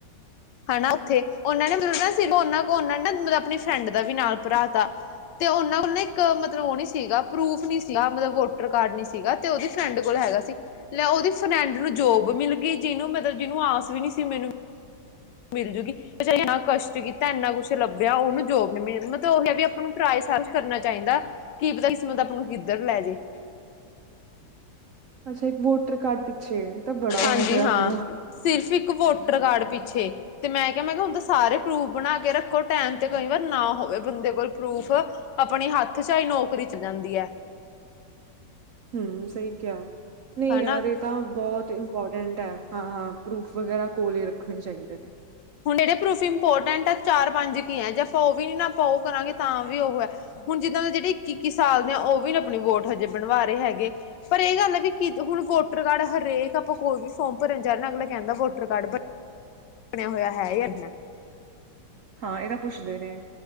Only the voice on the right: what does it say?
ਅੱਛਾ, ਇੱਕ ਵੋਟਰ ਕਾਰਡ ਪਿੱਛੇ, ਏ ਤਾਂ ਬੜਾ ਉਹ
ਹੋਇਆ
ਫਿਰ
ਹਮ ਸਹੀ ਕਿਆ, ਨਹੀਂ
ਯਾਰ ਇਹ ਤਾਂ ਬਹੁਤ ਇੰਪੋਰਟੈਂਟ ਹੈ, ਹਾਂ ਹਾਂ ਪ੍ਰੂਫ ਵਗੈਰਾ ਕੋਲ ਹੀ ਰੱਖਣੇ ਚਾਹੀਦੇ ਨੇ।
ਹਾਂ, ਏ ਤਾਂ ਪੁੱਛਦੇ ਨੇ